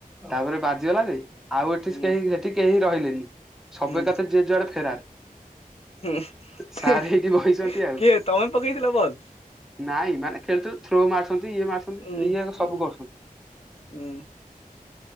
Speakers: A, in the centre; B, on the left (about 40°).
A: ତାପରେ ବାଜିଗଲା ଯେ, ଆଉ ଏଠି
B: ହୁଁ
A: କେହି ଏଠି କେହି ରହିଲେନି! ସବୁତକ
B: ହୁଁ
A: ଯିଏ ଯୁଆଡେ ଫେରାର!
B: ହୁଁ,
A: ସାର୍
B: ହେଁ -କିଏ
A: ହେଇଠି ବଇଛନ୍ତି ଆଉ
B: ତମେ ପକେଇଥିଲ ବଲ?
A: ନାଇଁ ମାନେ ଖେଳୁ ଥ୍ରୋ ମାରୁ <inaudible> ଇଏ ମାରୁଛନ୍ତି,
B: ଉଁ
A: ଇଏ ହେଲାସବୁ
B: ହୁଁ
A: କରୁଛନ୍ତି!
B: ହୁଁ